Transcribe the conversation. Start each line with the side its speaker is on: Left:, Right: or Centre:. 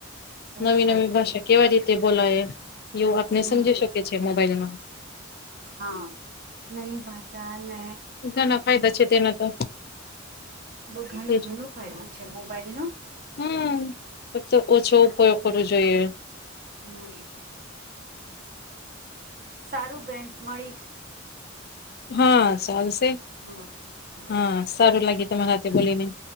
Right: બહુ
Left: નવી
Right: સારું
Left: નવી ભાષા
Right: સારું
Left: કેવા
Right: પણ
Left: રીતે બોલાય એવું આપને
Right: હમ
Left: સમજી શકે છે મોબાઈલમાં
Right: હા નઈ ભાચા ન
Left: ઘણા ફાયદા છે તેના તો
Right: બધાને
Left: એજ
Right: ઘણું ફાયદું છે મોબાઈલ ન.
Left: હમ ફક્ત ઓછો ઉપયોગ કરવો જોઈએ
Right: હમ સારું બેન મળી
Left: હા સારુંશે
Right: હમ સારું.
Left: હા સારું લાગે તમારા હથે બોલીને